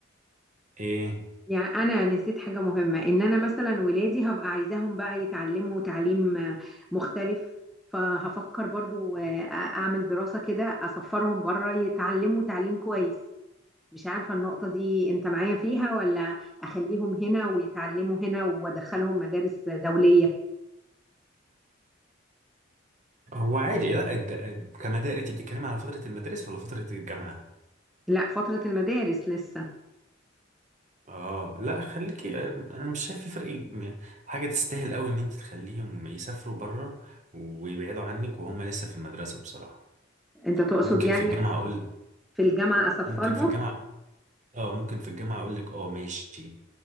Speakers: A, on the right; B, in the centre.
A: ايه
B: يعني انا نسيت حاجة مهمة ان انا مثلا ولادي هبقى عايزاهم بقى يتعلموا تعليم آه، مختلف فهفكر برضو آه، اعمل دراسة كده اسفرهم بره يتعلموا تعليم كويس مش عارفة النقطة دي انت معايا فيها ولا اخليهم هنا ويتعلموا هنا وادخلهم مدارس دولية
A: هو عادي لا الد... كمدارس انت بتتكلمي على فترة المدارس ولا فترة الجامعة
B: لا فترة المدارس لسه
A: اه لا خليكي انا مش شايف في فرق م- حاجة تستاهل قوي ان انت تخليهم يسافروا بره ويبعدوا عنك وهم لسه في المدرسة بصراحة
B: انت تقصد
A: ممكن
B: يعني
A: في الجامعة اقول
B: في الجامعة اسفرهم
A: ممكن في الجامعة اه ممكن في الجامعة اقول لك اه ماشي